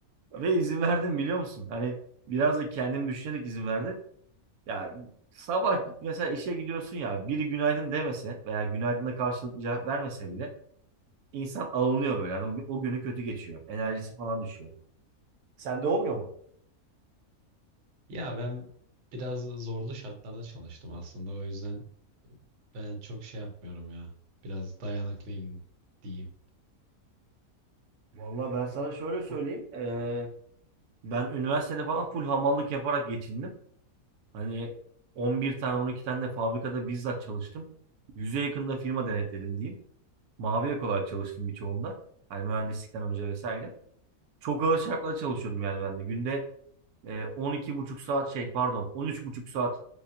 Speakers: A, on the right (about 85°); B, on the right (about 60°).
A: Ve izin verdim biliyor musun? Hani biraz da kendim düşünerek izin verdim. Ya sabah mesela işe gidiyorsun ya biri günaydın demese veya günaydına karşılıklı cevap vermese bile insan alınıyor böyle. Yani o, o günü kötü geçiyor. Enerjisi falan düşüyor. Sende olmuyor mu?
B: Ya ben biraz zorlu şartlarda çalıştım aslında. O yüzden ben çok şey yapmıyorum ya. Biraz dayanıklıyım diyeyim.
A: Vallahi ben sana şöyle söyleyeyim. Ee, ben üniversitede falan full hamallık yaparak geçindim. Hani 11 tane 12 tane de fabrikada bizzat çalıştım. Yüze yakında firma denetledim diyeyim. Mavi yakalı olarak çalıştım birçoğunda. Hani mühendislikten önce vesaire. Çok ağır şartlarda çalışıyordum yani ben de. Günde e, on iki buçuk saat şey pardon on üç buçuk saat